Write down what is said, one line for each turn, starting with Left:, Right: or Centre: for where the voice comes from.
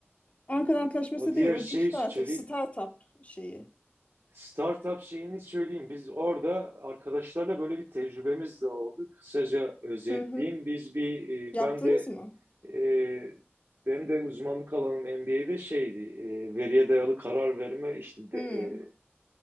Left: Ankara Antlaşması
Right: o diğer
Left: değil. O
Right: şeyi
Left: geçti
Right: söyleyeyim.
Left: artık startup şeyi.
Right: Startup şeyini söyleyeyim. Biz orada arkadaşlarla böyle bir tecrübemiz de oldu. Kısaca özetleyeyim.
Left: Hı hı.
Right: Biz bir,
Left: Yaptınız
Right: e, ben de
Left: mı?
Right: e, benim de uzmanlık alanım MBA'de şeydi, e, veriye dayalı karar verme işte de,
Left: Hı.
Right: e,